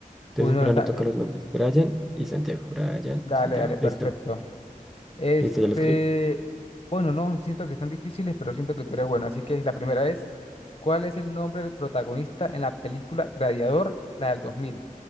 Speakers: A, in the centre; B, on the left.
A: Entonces,
B: Uy, no,
A: para
B: no está.
A: no tocar
B: eh,
A: los nombres. Brian y Santiago. Brian,
B: Dale,
A: Santiago.
B: dale, perfecto.
A: Listo.
B: Este,
A: Listo, ya lo escribí.
B: bueno, no siento que están difíciles, pero siento que tú eres bueno. Así que la primera es, ¿cuál es el nombre del protagonista en la película Gladiador, la del 2000?